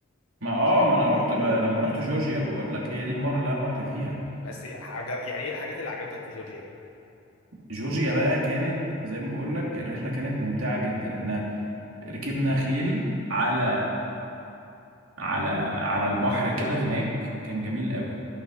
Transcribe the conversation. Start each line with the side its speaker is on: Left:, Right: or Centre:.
Right: ما اه ما انا رحت ب... لما رحت جورجيا بقول لك هي دي المره اللي انا رحت فيها
Left: بس عجب... يعني ايه الحاجات اللي عجبتك في جورجيا
Right: جورجيا بقى كانت زي ما بقول لك الرحله كانت ممتعه جدا احنا ركبنا خيل على على على البحر كده هناك كان جميل قوي